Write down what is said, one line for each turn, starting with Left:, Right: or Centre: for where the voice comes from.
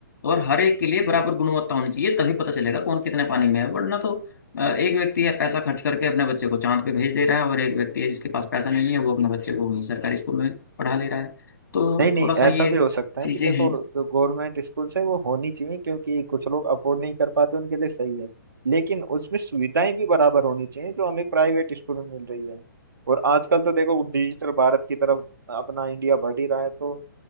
Left: और हर एक के लिए बराबर गुणवत्ता होनी चाहिए तभी पता चलेगा कौन कितने पानी में है वरना तो अ, एक व्यक्ति है पैसा खर्च करके अपने बच्चे को चांद पे भेज दे रहा है और एक व्यक्ति है जिसके पास पैसा नहीं है वो अपने बच्चे को वहीं सरकारी स्कूल में पढ़ा ले रहा है तो
Right: नहीं नहीं
Left: थोड़ा सा
Right: ऐसा
Left: ये
Right: भी हो सकता है
Left: चीज़ें
Right: कि देखो
Left: हैं
Right: जो गवर्नमेंट स्कूल्स है वो होनी चाहिए क्योंकि कुछ लोग अफोर्ड नहीं कर पाते उनके लिए सही है लेकिन उसमें सुविधाएं भी बराबर होनी चाहिए जो हमें प्राइवेट स्कूल में मिल रही है और आजकल तो देखो डिजिटल भारत की तरफ अपना इंडिया बढ़ ही रहा है तो